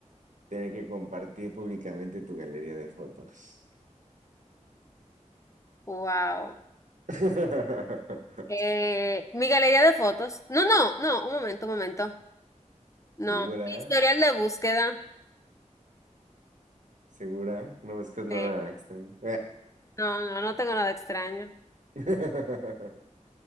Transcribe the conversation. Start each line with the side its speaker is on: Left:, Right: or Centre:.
Right: tener que compartir públicamente tu galería de fotos?
Left: Wow.
Right: <laughs>
Left: Eh, mi galería de fotos. No, no, no, un momento, un momento. No,
Right: ¿Segura?
Left: historial de búsqueda.
Right: ¿Segura? No buscas nada
Left: Sí.
Right: extraño.
Left: No, no, no tengo nada extraño.
Right: <laughs>